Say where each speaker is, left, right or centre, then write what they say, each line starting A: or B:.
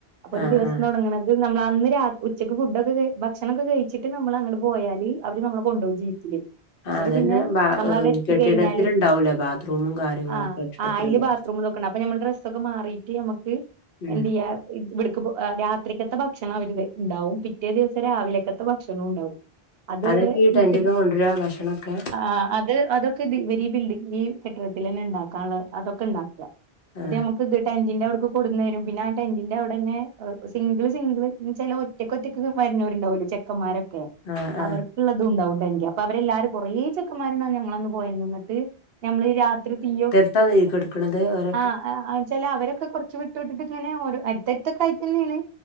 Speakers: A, on the right; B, on the left.
A: അപ്പൊ ഒരു
B: ആഹ്
A: ദിവസം
B: ആഹ്
A: തൊടങ്ങ്ണ <unintelligible> നമ്മളന്ന് രാ ഉച്ചക്ക് ഫുഡൊക്കെ ഭക്ഷണൊക്കെ കഴിച്ചിട്ട് നമ്മള് അങ്ങണ്ട് പോയാല് അവര് നമ്മളെ കൊണ്ടോവും ജീപ്പില്
B: ആഹ്
A: എന്നിട്ട്
B: അതന്നെ
A: പിന്നെ
B: ബ
A: നമ്മളവിടെ എത്തിക്കഴിഞ്ഞാല്
B: കെട്ടിടത്തില്ണ്ടാവൂലേ ബാത്റൂമും കാര്യങ്ങളൊക്കെ
A: ആഹ്
B: കെട്ടിടത്തിലുണ്ടാവും
A: ആഹ് അയില് ബാത്റൂമ്തൊക്കെണ്ട് അപ്പൊ നമ്മൾ ഡ്രസ്സൊക്കെ മാറീറ്റ് യമ്മക്ക്
B: ഉം
A: എന്ത്യ്യാ ഇത്‌ ഇവ്ട്ക്ക് പോ ആഹ് രാത്രിക്കത്തെ ഭക്ഷണം അവര് താ ഇണ്ടാവും പിറ്റേ ദിവസം രാവിലക്കത്തെ ഭക്ഷണവും ഉണ്ടാവും അത്
B: അതൊക്കെ
A: വരെ
B: ഈ
A: ഇങ്ങട്ട്
B: ടെന്റൊക്കെ കൊണ്ടുവരാ ഭക്ഷണൊക്കെ
A: ആഹ് അത് അതൊ ക്കെ തി ഇവരീ ബിൽഡിങ് ഈ കെട്ടിടത്തിലെന്നെ ഇണ്ടാക്കാൻ ള്ളെ അതൊക്കെ ഇണ്ടാക്കാ അത്
B: ആഹ്
A: ഞമ്മക് ക്ക്‌ത് ടെന്റിന്റെ അവ്ട്ക്ക് കൊട്ന്നെരും പിന്നെ ആഹ് ടെന്റിന്റെ അവ്ടെന്നെ എഹ് സിംഗ്ള് സിംഗ്ള് ചെലോ ഒറ്റക്കൊറ്റക്ക്‌ വര്നോര്ണ്ടാവുലേ ചെക്കന്മാരൊക്കെ
B: ആഹ്
A: അവർക്ക്‌ള്ളതുണ്ടാവുണ്ടെങ്കെ
B: ആഹ്
A: അപ്പൊ അവരെല്ലാരും കൊറേ ചെക്കന്മാര്ണ്ടാന്നു ഞങ്ങളന്ന് പോയന്ന് ന്നട്ട് നമ്മള് രാത്രി തീയോ
B: ത്ത തീ കെട് ക്ക്‌ണതേ വെരെ
A: ആഹ് ആഹ് ആഹ് എന്ന്ച്ചാല് അവരൊക്കെ കൊറച്ച് വിട്ടു വിട്ട് വിട്ട്ട്ട്ച്ച് ങ്ങനെ ഒര് അടട്ത്തടുത്തൊക്ക ആയിതന്നേണ്